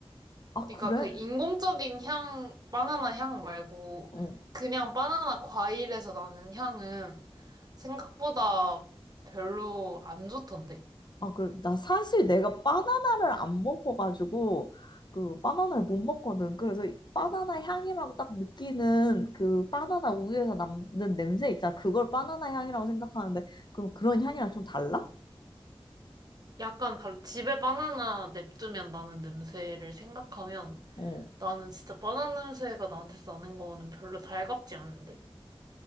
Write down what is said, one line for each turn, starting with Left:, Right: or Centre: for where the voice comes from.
Left: 아,
Right: 그러니까
Left: 그래?
Right: 그 인공적인 향, 바나나 향 말고
Left: 어.
Right: 그냥 바나나 과일에서 나는 향은 생각보다 별로 안 좋던데?
Left: 아, 그래. 나 사실 내가 바나나를 안 먹어가지고, 그, 바나나를 못 먹거든. 그래서 이 바나나 향이라고 딱 느끼는 그 바나나 우유에서 남는 냄새 있잖아. 그걸 바나나 향이라고 생각하는데, 그럼 그런 향이랑 좀 달라?
Right: 약간 바- 집에 바나나 냅두면 나는 냄새를 생각하면
Left: 어.
Right: 나는 진짜 바나나 냄새가 나한테 나는 거는 별로 달갑지 않은데?